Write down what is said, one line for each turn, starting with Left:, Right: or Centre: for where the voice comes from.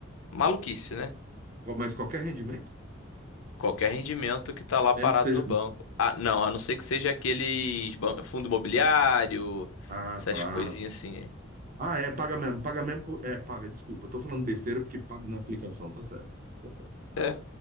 Left: Maluquice, né?
Right: Qual- Mas qualquer rendimento?
Left: Qualquer rendimento que tá lá
Right: Mesmo
Left: parado
Right: que seja.
Left: no banco. Ah, não, a não ser que seja aqueles ban- fundo imobiliário,
Right: Ah,
Left: essas
Right: tá.
Left: coisinhas assim. É.
Right: Ah, é, paga mesmo. Paga mesmo. por- É, paga, desculpa. Eu tô falando besteira porque paga na aplicação, tá certo. Tá certo.
Left: É,